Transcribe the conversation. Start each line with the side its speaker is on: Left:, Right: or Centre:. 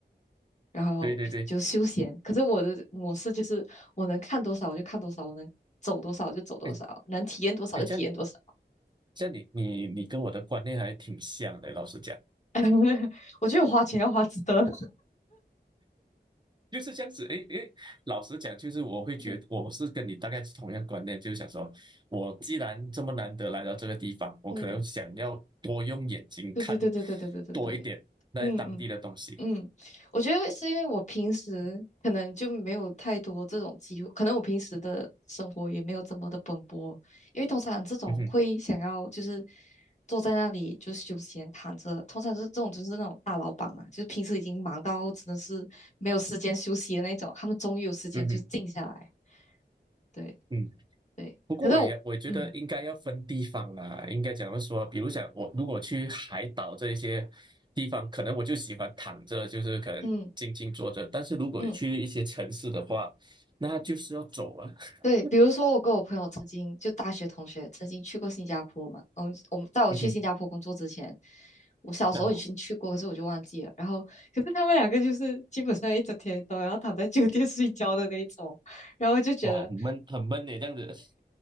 Left: 然后就休闲。
Right: 对对对，
Left: 可是我的模式就是我能看多少我就看多少，我能走多少就走多少，
Right: 哎
Left: 能体验多少就体验多少。
Right: 哎，这样这样你你你跟我的观念还挺像的，老实讲。
Left: <laughs> 我觉得我花钱要花值得。
Right: 就是这样子，诶诶，老实讲，就是我会觉得我是跟你大概是同样观念，
Left: <laughs>
Right: 就是想说，我既然这么难得来到这个地方，我可能想要多用眼睛看
Left: 嗯，对对对对对对对对对，
Right: 多一点那当地的东西。
Left: 嗯嗯。嗯，我觉得是因为我平时可能就没有太多这种机会，可能我平时的生活也没有这么的奔波，因为通常这种会想要就是
Right: 嗯哼，
Left: 坐在那里就休闲躺着，通常是这种就是那种大老板嘛，就是平时已经忙到真的是没有时间休息的那种，他们终于有时间就静下来，
Right: 嗯哼，
Left: 对
Right: 嗯。
Left: 对，
Right: 不过我也我觉得应该要分地方啦，
Left: 可是我，嗯
Right: 应该讲要说，比如讲我如果去海岛这一些地方，可能我就喜欢躺着，就是可能静静坐着，
Left: 嗯
Right: 但是如果去一些城市的话，
Left: 嗯。
Right: 那就是要走啊。<laughs>
Left: 对，比如说我跟我朋友曾经就大学同学曾经去过新加坡嘛，嗯，我们在我去新加坡工作之前，
Right: 嗯哼。
Left: 我小时候已经去过，
Right: 那好。
Left: 可是我就忘记了。然后，可是他们两个就是基本上一整天都要躺在酒店睡觉的那一种，然后就觉得
Right: 哇，很闷，很闷的这样子。